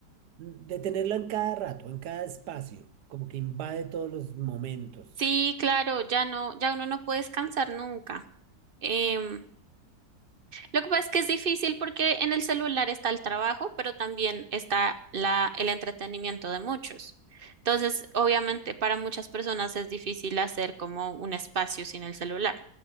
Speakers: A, on the right; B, on the right.
A: Mm, De tenerlo en cada rato, en cada espacio, como que invade todos los momentos.
B: Sí, claro, ya no, ya uno no puede descansar nunca. Em, lo que pasa es que es difícil porque en el celular está el trabajo, pero también está la, el entretenimiento de muchos. Entonces, obviamente, para muchas personas es difícil hacer como un espacio sin el celular,